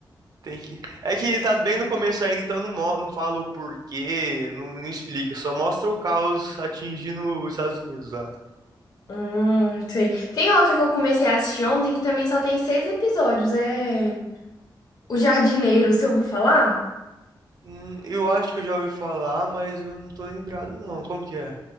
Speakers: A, on the right; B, on the left.
A: tem que... É que tá bem no começo ainda, então não, mo- não fala o porquê, não, não explica, só mostra o caos atingindo os Estados Unidos lá.
B: Hum, sei. Tem outra que eu comecei a assistir ontem que também só tem seis episódios. É O Jardineiro, você ouviu falar?
A: Hum, eu acho que eu já ouvi falar, mas eu não tô lembrado não. Como que é?